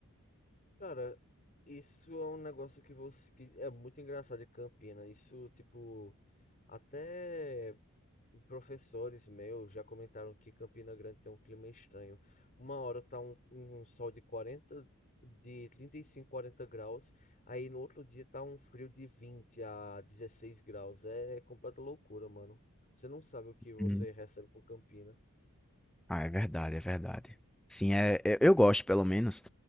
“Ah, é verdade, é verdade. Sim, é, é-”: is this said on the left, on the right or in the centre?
Centre